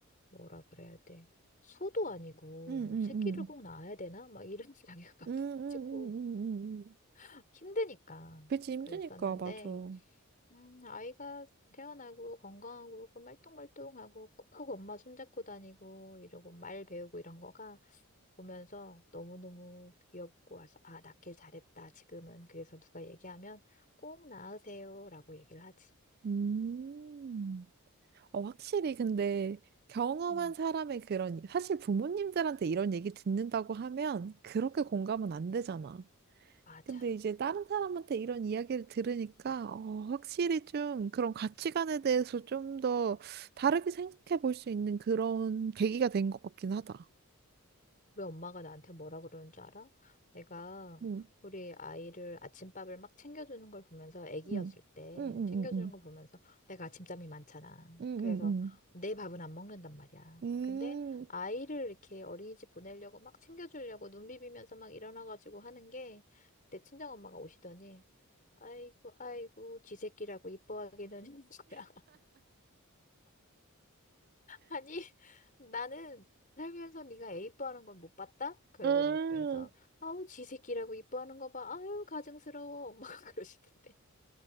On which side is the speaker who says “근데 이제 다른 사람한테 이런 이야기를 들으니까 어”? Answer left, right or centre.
Right